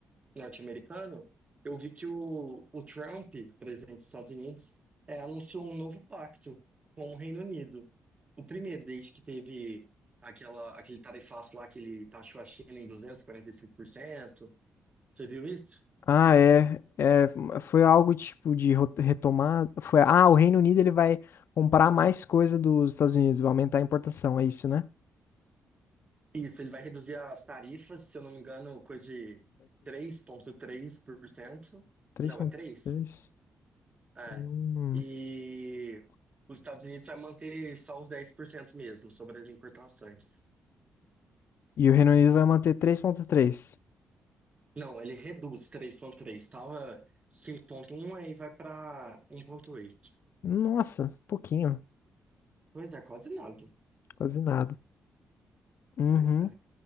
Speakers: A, on the right; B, on the left.
A: norte-americano, eu vi que o, o Trump, presidente dos Estados Unidos, é, anunciou um novo pacto com o Reino Unido. O primeiro, desde que teve aquela, aquele tarifaço lá que ele taxou a China em duzentos e e quarenta e cinco por cento, Você viu isso?
B: Ah, é, é. Foi algo tipo de ro- retomar. Foi, ah, o Reino Unido ele vai comprar mais coisa dos Estados Unidos, vai aumentar a importação, é isso, né?
A: Isso, ele vai reduzir as tarifas, se eu não me engano, coisa de três vírgula três por cento.
B: 10%.
A: Não, é três?
B: 3,3.
A: É. E
B: Hum.
A: os Estados Unidos vai manter só os 10% mesmo sobre as importações.
B: E o Reino Unido vai manter três vírgula três.
A: Não, ele reduz três vírgula três. Tava cinco ponto um aí vai pra um ponto oito.
B: Nossa, pouquinho,
A: Pois é, quase nada.
B: quase nada. Uhum.
A: Pois é.